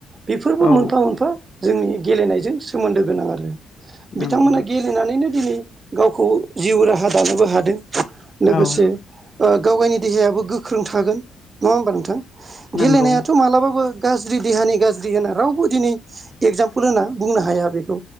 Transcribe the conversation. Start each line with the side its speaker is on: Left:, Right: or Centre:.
Right: बेफोरबो
Left: औ
Right: मोनफा मोनफा जोंनि गेलेनायजों सोमोन्दो गोनां आरो।
Left: नंगौ
Right: बिथांमोना गेलेनानैनो दिनै गावखौ जिउ राहा दानोबो हादों। लोगोसे
Left: औ
Right: ओ गावगायनि देहायाबो गोख्रों थागोन। नङा होमबा नोंथां?
Left: नंगौ
Right: गेलेनायाथ' मालाबाबो गाज्रि देहानि गाज्रि होनना रावबो दिनै एगजामपोल होना बुंनो हाया बेखौ।